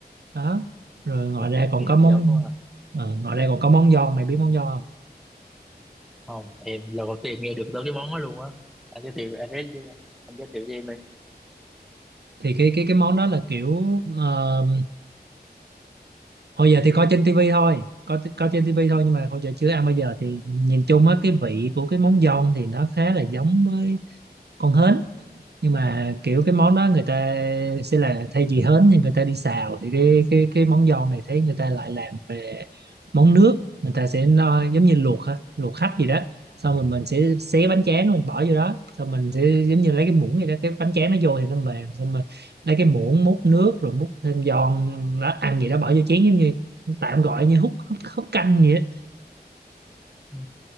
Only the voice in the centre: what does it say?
nghe,
nghe
hấp
dẫn quá à.
không em lần đầu tiên nghe được tới cái món đó luôn á anh giới thiệu anh giới thiệu, anh giới thiệu cho em đi
ừ.